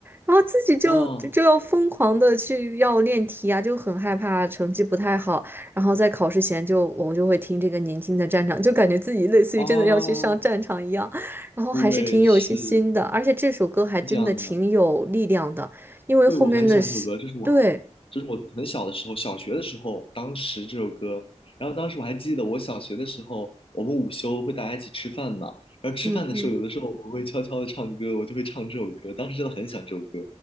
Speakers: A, on the right (about 15°); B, on the left (about 50°).
A: 然后自己就就就要疯狂的去要练题啊，
B: 嗯
A: 就很害怕成绩不太好，然后在考试前就我就会听这个年轻的战场》，就感觉自己类似于真的要去上战场一样，
B: 啊。
A: 然后还是挺有信心的，
B: 对，是
A: 而且这首歌还真的挺有力量的，
B: 是这样的。
A: 因为后面的是，
B: 对，我很喜欢这首歌，这是我，
A: 对，
B: 这是我很小的时候，小学的时候，当时这首歌。然后当时我还记得，我小学的时候，我们午休会大家一起吃饭嘛。然后吃饭的时候，
A: 嗯哼。
B: 有的时候我们会悄悄的唱歌，我就会唱这首歌。当时真的很喜欢这首歌。